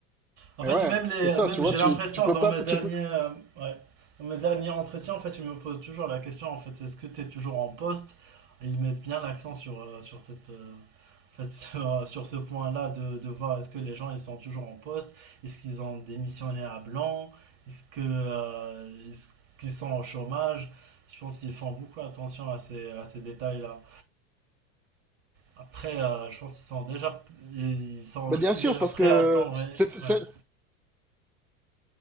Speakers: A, on the right; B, in the centre.
A: En
B: mais
A: fait,
B: ouais,
A: même les,
B: c'est ça,
A: même
B: tu vois,
A: j'ai
B: tu,
A: l'impression
B: tu peux
A: dans
B: pas,
A: mes derniers,
B: tu peux,
A: euh, ouais, dans mes derniers entretiens, en fait, ils me posent toujours la question, en fait, est-ce que tu es toujours en poste? Et ils mettent bien l'accent sur, euh, sur cette, euh, en fait, <laughs> sur, euh, sur ce point-là de, de voir est-ce que les gens ils sont toujours en poste, est-ce qu'ils ont démissionné à blanc, est-ce que, euh, est-ce qu'ils sont au chômage? Je pense qu'ils font beaucoup attention à ces, à ces détails-là. Après, euh, je pense qu'ils sont déjà, ils sont
B: bah
A: aussi
B: bien sûr,
A: déjà
B: parce
A: prêts
B: que
A: à attendre. Ouais,
B: c'est, c'est-
A: ouais,